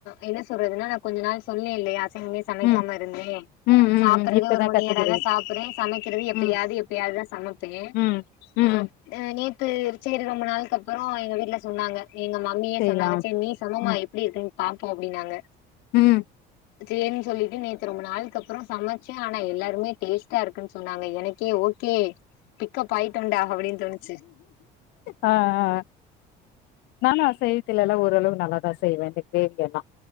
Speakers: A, on the left; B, on the left.
A: என்ன சொல்றதுன்னா நான் கொஞ்ச நாள் சொன்னேன் இல்லயா அசைவமே சமைக்காம
B: ம்
A: இருந்தேன்
B: ம் ம்
A: சாப்பிடறது
B: ம் இப்பதா
A: ஒரு ஒன்
B: கத்துக்கிறீங்க
A: இயரா தான் சாப்பிடேன் சமைக்கிறது எப்யாது
B: ம்
A: எப்யாதுதான் சமப்பேன் <unintelligible>
B: ம் ம்
A: அ நேத்து சேரி ரொம்ப நாள்க்கு அப்பறோ எங்க வீட்டு்ல சொன்னாங்க எங்க மம்மியே
B: செய்லாம்
A: சொன்னாங்க சேர் நீ சமமா
B: ம்
A: எப்படி இருக்குன்னு பாப்போ அப்படின்னாங்க
B: ம்
A: சேரி சொல்லீட்டு நேத் து ரொம்ப நாள்க்கு அப்பறோ சமச்சு அனா எல்லாருமே டேஸ்ட்டா இருக்குன்னு சொன்னாங்க எனக்கே ஓகே பிக்கப் ஆயிட்டோண்டா அப்படின்னு தோணுச்சு
B: அ அ அ நாங்க அசைவத்துல்லா ஓரளவு நல்லாதா செய்வே இந்த கிரேவி எல்லா